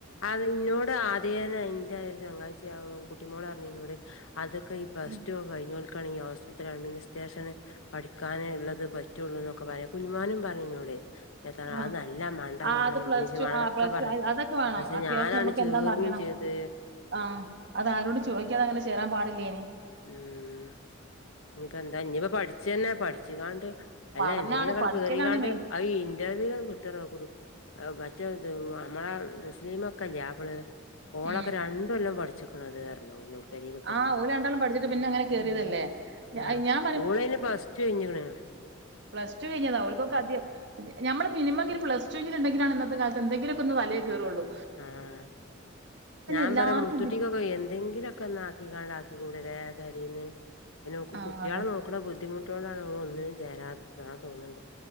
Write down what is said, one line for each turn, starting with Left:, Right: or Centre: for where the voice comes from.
Left: അറിഞ്ഞൂടആ അതേനേ ന്റെ ഒര് ചങ്ങായ്ച്ചി കുട്ടിമോളർഞ്ഞ്ന്നോട് അതൊക്കെ ഈ പ്ലസ്ടുക്കെ
Right: ഉം
Left: കഴിഞ്ഞോൽ ക്കാണ് ഈ ഹോസ്പിറ്റൽ അഡ്മിനിസ്ട്രേഷന്. പഠിക്കാന്ള്ളത് പറ്റൊള്ളൂന്നൊക്കെ പറ്യാ കുഞ്ഞുമാനും പർഞ്ഞിന്നോ ടെ. എതാ
Right: ആഹ്
Left: നല്ല മണ്ടമാണം
Right: ആഹ് അത്
Left: ഇംഗ്ലീഷ്
Right: പ്ലസ് ടു
Left: വേണം
Right: ആ
Left: എന്നൊക്കെ
Right: പ്ലസ്ടു
Left: പറഞ്ഞു
Right: അതൊക്കെ വേണം
Left: പക്ഷെ
Right: അത്യാവശ്യം
Left: ഞാനാണ്
Right: അമ്മക്ക്
Left: ചേർന്നും
Right: എന്താന്നറിയണം
Left: ചെയ്ത്
Right: ആ. ആഹ് അതാരോടും ചോയ്ക്കാതെ അങ്ങനെ ചേരാൻ പാടില്ലേനീ
Left: ഉം. ഇഞ്ഞ്പ്പം എന്താ ഇഞ്ഞ്പ്പം പഠിച്ച ന്നെ പഠിച്ച്കാണ്ട് അല്ല
Right: പഠനാണ്
Left: എന്തെങ്കിലുംഒക്കെ
Right: പഠിക്കലാണ്
Left: കേറികാണ്ട്
Right: മെയിൻ.
Left: അത് ഈ ഇന്റർവ്യൂൽ കിട്ടൊർ ഞ്ഞപ്പം മറ്റേ അമ്മളെ തസ്ലീമ ക്കെല്ലേ ആവള്. ഓളൊക്കെ
Right: ഉം
Left: രട്ടൊല്ലം പഠിച്ചിക്ക്ണതർഞ്ഞ് ഓള്ന്നോട്. പെരി കുത്തർന്നാണ്ട്
Right: ആഹ് ഓല് രണ്ടാളും പഠിച്ചിട്ട് പിന്നെ അങ്ങനെ കേറിയതല്ലേ.
Left: ഉം
Right: ഞാ-
Left: ആ
Right: ഞാൻ
Left: ഓളൈന് പ്ലസ് ടു കയ്ഞ്ഞ്ണ്.
Right: പ്ലസ്ടു കയ്ഞ്ഞതാ ഓൽക്കൊക്ക അത്യാ ഞമ്മള് മിനിമംങ്കി പ്ലസ് ടു ഉണ്ടെങ്കിലാണ് ഇന്നത്തെ കാലത്ത് എന്തങ്കിലൊക്കൊന്ന് തലെ കേറൊ ള്ളൂ.
Left: ആഹ് ഞാൻ
Right: എല്ലാർക്കും
Left: പറയാ മുത്തട്ടിക്കൊക്കെ
Right: വിദ്യ
Left: എന്തെങ്കിലൊക്കെ ഒന്ന് ആക്കി ക്കിങ്ങാണ്ട് ആക്കിക്കൂടെലേ പെരീന്ന് അയിന്നോക്ക്
Right: ആ
Left: കുട്ടികളെ
Right: അതെ
Left: നോക്ക ക്കടെ ബുദ്ധിമുട്ടോണ്ടാണ് ഓള് ഒന്നിനും ചേരാത്തത് ന്ന് തോന്ന്ണ് ണ്ട്